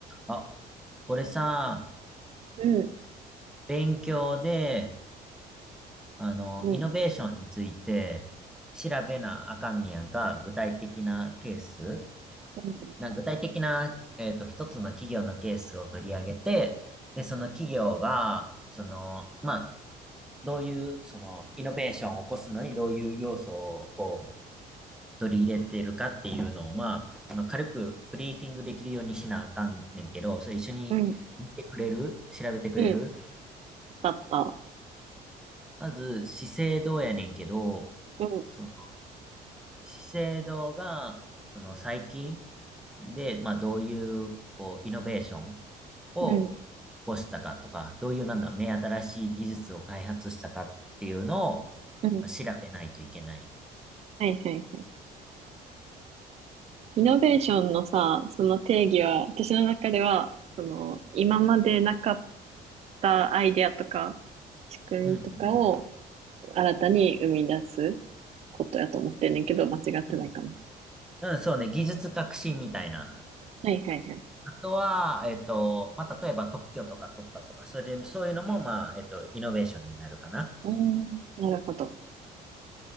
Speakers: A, in the centre; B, on the right.
A: あ、俺さ、
B: うん、
A: 勉強で、あの、
B: うん、
A: イノベーションについて調べなあかんねやんか、具体的なケース
B: うん、
A: な、具体的な、えっと、一つの企業のケースを取り上げて、で、その企業が、その、まあ、どういう、その、イノベーションを起こすのにどういう要素を、こう、取り入れてるかっていうのを、まあ、その軽くブリーフィングできるようにしなあかんねんけど、それ一緒に見てくれる調べてくれる
B: うん、うんだった。
A: まず、資生堂やねんけど、
B: うん、
A: その、資生堂が、その最近で、まあ、どういう、こう、イノベーションを起
B: うん、
A: こしたかとか、どういう、なんだ、目新しい技術を開発したかっていうのを、ま
B: うん。
A: あ、調べないといけない。
B: はいはいはい。イノベーションのさ、その定義は、私の中では、その、今までなかったアイデアとか、仕組みとかを
A: うんうんうん。
B: 新たに生み出すことやと思ってんねんけど、間違ってないかな。
A: うん、うんそうね、技術革新みたいな。
B: はいはいはい。
A: あとは、えっと、まあ、例えば特許とか取ったとか、それで、そういうのも、まあ、えっと、イノベーションになるかな。
B: うん、なるほど。